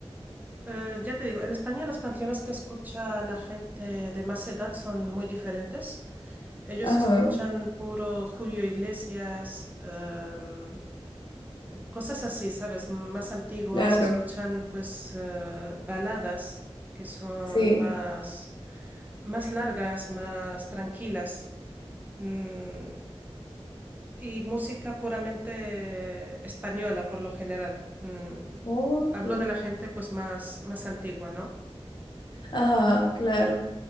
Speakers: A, on the right; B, on the left.
A: Eh, ya te digo, en España las canciones que escucha la gente de más edad son muy diferentes. Ellos
B: Ajá.
A: escuchan puro Julio Iglesias, em, Cosas así, ¿sabes? Más antiguas,
B: Claro,
A: escuchan pues eh, baladas que son
B: sí.
A: más, más largas, más tranquilas. Mm, y música puramente española por lo general. Mm,
B: Ok.
A: hablo de la gente pues más, más antigua, ¿no?
B: Ajá, claro.